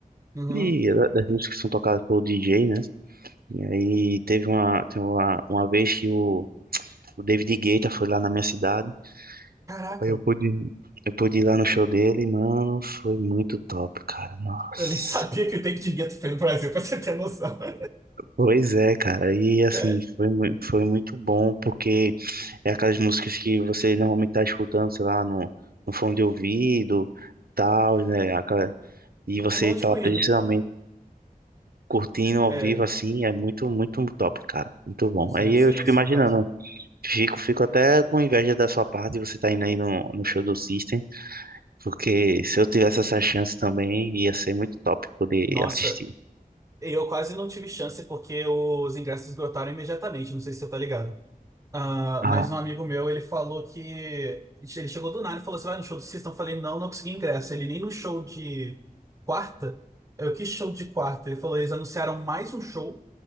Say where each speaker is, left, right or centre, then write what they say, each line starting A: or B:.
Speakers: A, on the right (about 20°); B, on the right (about 85°).
A: Uhum.
B: e da- das músicas que são tocadas pelo DJ, né? E aí teve uma, teve uma, uma vez que o O David Guetta foi lá na minha cidade.
A: Caraca,
B: Aí eu pude, eu pude ir lá no show dele, e, mano, foi muito top, cara. Nossa.
A: eu nem <laughs> sabia que o tempo de gueto foi no Brasil, pra você ter noção. <laughs>
B: Pois é, cara. E assim,
A: É.
B: foi, mui- foi muito bom, porque é aquelas músicas que você normalmente tá escutando, sei lá, no, no fone de ouvido, tal, né? Aquela- e você
A: Um bom de
B: tá
A: ruído.
B: lá presencialmente curtindo ao
A: É,
B: vivo, assim, é muito, muito top, cara. Muito bom.
A: assim,
B: Aí
A: é de
B: eu
A: silêncio,
B: fico imaginando,
A: no caso.
B: fico, fico até com inveja da sua parte, você tá indo aí no, no show do System. Porque se eu tivesse essa chance também, ia ser muito top poder
A: Nossa,
B: assistir.
A: eu quase não tive chance porque os ingressos esgotaram imediatamente. Não sei se você tá ligado. Ah,
B: Ah.
A: mas um amigo meu, ele falou que. Ele chegou do nada e falou: Você vai no show do System? Eu falei: Não, não consegui ingresso. Ele nem no show de quarta. Eu, que show de quarta? Ele falou: Eles anunciaram mais um show,